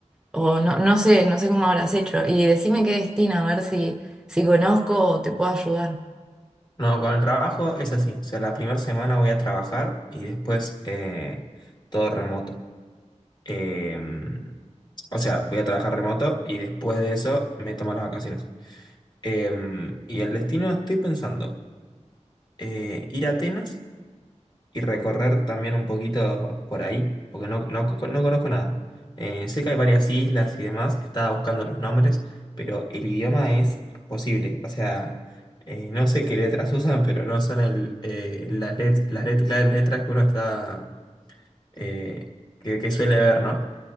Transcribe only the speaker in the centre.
o no, no sé, no sé cómo habrás hecho? Y decime qué destino, a ver si, si conozco o te puedo ayudar.